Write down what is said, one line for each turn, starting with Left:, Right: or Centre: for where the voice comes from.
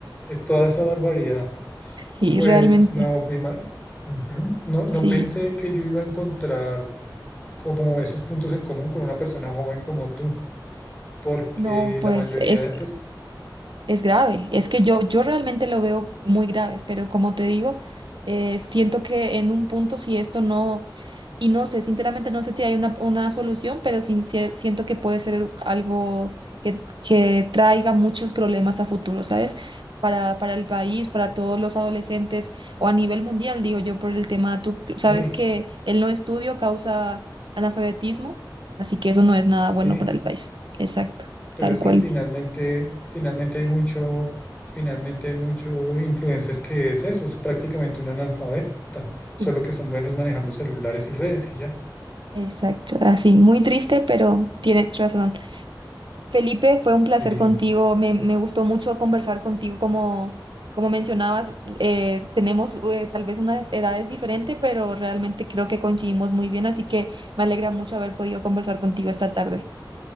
Left: es toda esa barbaridad.
Right: Sí,
Left: Pues
Right: realmente,
Left: no, vi mal. Ujú. No, no
Right: sí.
Left: pensé que yo iba a encontrar como esos puntos en común con una persona joven como tú porque
Right: No, pues
Left: la mayoría
Right: es,
Left: de personas...
Right: es grave. Es que yo, yo realmente lo veo muy grave, pero como te digo, eh, siento que en un punto, si esto no Y no sé, sinceramente no sé si hay una, una solución, pero sin- sie- siento que puede ser algo que, que traiga muchos problemas a futuro, ¿sabes? Para, para el país, para todos los adolescentes o a nivel mundial, digo yo, por el tema, tú sabes
Left: Sí,
Right: que el no estudio causa analfabetismo, así que eso no es nada
Left: sí,
Right: bueno para el país. Exacto,
Left: pues
Right: tal
Left: es
Right: cual.
Left: que finalmente, finalmente hay mucho, finalmente hay mucho influencer que es eso, es prácticamente un analfabeta,
Right: Sí,
Left: solo que son buenos manejando celulares y redes y ya.
Right: exacto. Así, muy triste, pero tienes razón. Felipe, fue un placer
Left: Sí,
Right: contigo. Me, me gustó mucho conversar contigo. Como, como mencionabas, eh, tenemos eh, tal vez unas edades diferentes, pero realmente creo que coincidimos muy bien. Así que me alegra mucho haber podido conversar contigo esta tarde.